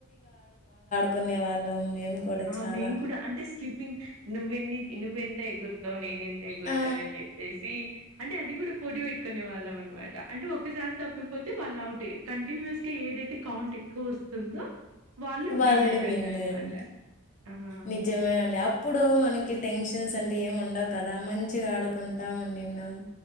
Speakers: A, on the left; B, on the right.
A: కోనే వాళ్ళం మేము కూడా
B: ఆ
A: చాలా
B: మేం కూడా అంటే స్కిప్పింగ్ నువ్వెన్ని నువ్వెంత ఎగురతావ్ నేనెం ఎగురుతానని
A: ఆ
B: చెప్పేసి అంటే అది కూడా పోటీ పెట్టుకునే వాళ్ళం అనమాట అంటే ఒకసారి తప్పిపోతే వాళ్ళు అవుట్ కంటిన్యూస్గా ఏదైతే కౌంట్ ఎక్కువ వస్తుందో వాళ్ళే
A: వాళ్ళు
B: విన్ అయినట్టు
A: విన్నారు
B: అనమాట ఆ
A: నిజమే అండి
B: చి
A: అప్పుడు మనకి టెన్షన్స్ అంటే ఏం ఉండవు కదా మంచిగా ఆడుకుంటా ఉనిన్నం